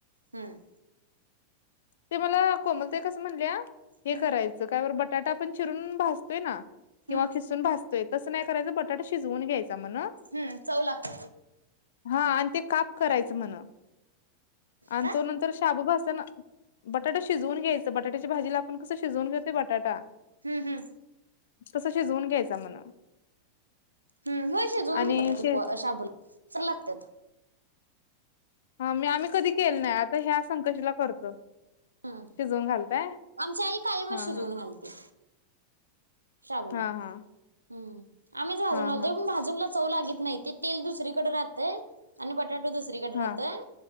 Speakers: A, on the right; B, on the left.
A: हम्म
B: ते मला कोमलताई कसं म्हणल्या हे
A: हम्म
B: करायचं काय बर बटाटा आपण चिरून भासतो ना किंवा
A: हम्म
B: किसून भाजतोय तस बटाटा शिजवून घ्यायचा म्हण
A: हम्म चव लाग
B: हा आणि ते काप करायचं म्हण आणि
A: का
B: तो नंतर शाबू भाजताना बटाटा शिजवून घ्यायचं बटाट्याच्या भाजीला आपण कसं शिजवून घेतोय बटाटा
A: हम्म हम्म.
B: तसं शिजवूम घ्यायचा म्हण
A: हम् होय शिजवून
B: आणि
A: बटाटे
B: शे
A: पो शाबूला चांगलं लागतात
B: हा मी आम्ही कधी केलं नाही आता ह्या संकष्टीला करतो
A: हम्म
B: शिजवून घालताय
A: आमच्या आई कायमच
B: हा
A: शिजवून
B: हा
A: घालत्या शाबूला
B: हा हा
A: हम आम्हीच भाजून
B: हा
A: आणतोय
B: हा
A: पण भाजून चव लागीत नाही ते तेल दुसरीकडं राहतयं आणि बटाटू दुसरीकडं
B: हा
A: राहतय